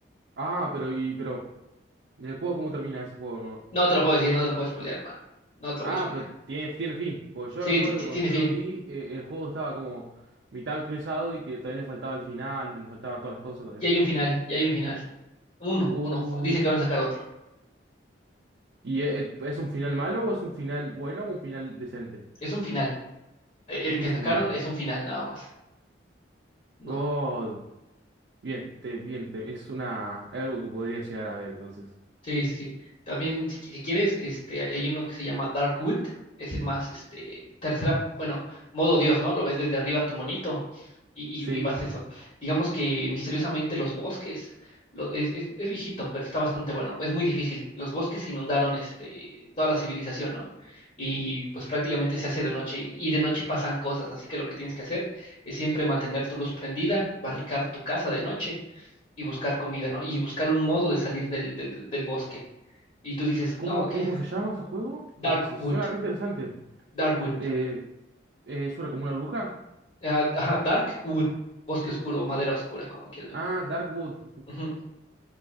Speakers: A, on the right; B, on the left.
A: Ah, pero, y, pero. ¿Y el juego cómo termina ese juego, no?
B: No te lo puedo decir, no te lo puedes pelear, hermano. No te lo
A: Ah,
B: voy a pelear.
A: pero tiene, tiene fin. Pues yo
B: Sí,
A: recuerdo
B: ti- ti-
A: que cuando
B: tiene
A: yo
B: fin.
A: lo vi, eh, el juego estaba como mitad actualizado y que todavía le faltaba el final, y le faltaba todas las cosas todavía.
B: Ya hay un final, ya hay un final. Uno,
A: Uh,
B: uno. Dice que van a sacar otro.
A: ¿y e- e- es, un final malo o es un final bueno o un final decente?
B: Es un final. Eh,
A: Es
B: El que
A: un final.
B: sacaron es un final nada más. No.
A: Oh, bien, te, bien, te- es una, algo que podría llegar a ver entonces.
B: Sí, sí, sí. También, si, qui- si quieres, este, hay hay uno que se llama Darkwood. Ese es más, este, tercera, bueno, modo Dios, ¿no? Lo ves desde arriba tu monito y,
A: Sí.
B: y- y vas eso. Digamos que misteriosamente los bosques, lo- es, es- es viejito, pero está bastante bueno. Es muy difícil. Los bosques inundaron, este, toda la civilización, ¿no? Y pues prácticamente se hace de noche y, y de noche pasan cosas. Así que lo que tienes que hacer es siempre mantener tu luz prendida, barricar tu casa de noche y buscar comida, ¿no? Y buscar un modo de salir del, del, del bosque. Y tú dices,
A: ¿Cómo,
B: no, que
A: cómo se llama ese juego? Se,
B: dark
A: se- se-
B: Darkwood,
A: suena re interesante.
B: Darkwood,
A: Eh, eh, ¿suena como una bruja?
B: ah, ajá, dark wood bosque oscuro o madera oscura, como lo quieres ver.
A: Ah, Dark Wood.
B: Ujú.